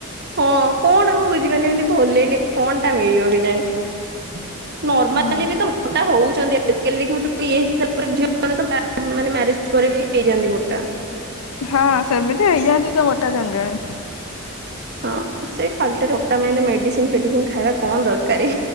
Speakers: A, on the right; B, on the left.
A: ହଁ କଣ ମୁ ବୁଝିପାରୁନି ଏମିତି ଭଲେଇନେ କଣ ଟା ମିଳିବ କି ଜାଣି। ନର୍ମାଲି
B: ହୁଁ
A: ବି ତ ମୋଟା ହଉଛନ୍ତି ଆଜିକାଲି ଦେଖିବୁ ଯୋଉ ଇଏ ଝିଅ ମାନେ ମାନେ ମ୍ୟାରେଜ ପରେ ବି ହେଇଯାନ୍ତି ମୋଟା <inaudible>
B: ହଁ ସେମିତି ହେଇଯାନ୍ତି ତ ମୋଟା ଜଣେ ଜଣେ।
A: ହଁ ସେ ଖାଲି ଟା ରେ ମୋଟା ମେନ ମେଡିସିନ ଫେଡିସିନ ଖାଇବା କଣ ଦରକାର।